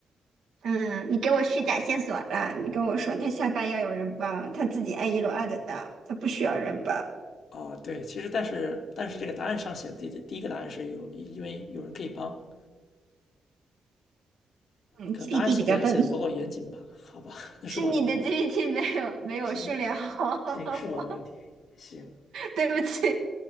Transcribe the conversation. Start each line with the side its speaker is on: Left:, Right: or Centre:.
Right: 嗯，你给我虚假线索了。你跟我说他下班要有人帮，他自己按一楼按得到，他不需要人帮。
Left: 哦，对，其实但是但是这个答案上写的第第一个答案是有，因为有人可以帮，
Right: 嗯，GPT
Left: 可答案写的写的不够严谨吧？
Right: 比较笨，
Left: 好吧，<laughs> 那是我的问题，
Right: 是你的 GPT 没有没有训练好，
Left: 行
Right: <laughs>
Left: 行是我的问题，行，
Right: 对不起。